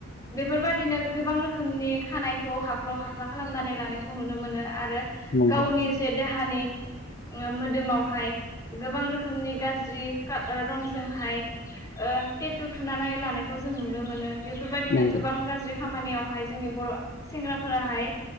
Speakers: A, on the left; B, on the left.
A: बेफोरबायदिनो गोबां रोखोमनि खानायखौ हाख्ल' हाख्ला खालामनानै लानायखौ नुनो मोनो आरो
B: नंगौ
A: गावनि जे देहानि ओ मोदोमावहाय गोबां रोखोमनि गाज्रि का ओ रंजोंहाय ओ टेटु थुनानै लानायखौ जों नुनो मोनो बेफोरबायदिनो
B: नंगौ
A: गोबां
B: नंगौ
A: गाज ज्रि खामानियावहाय जोंनि बर' सेंग्राफोराहाय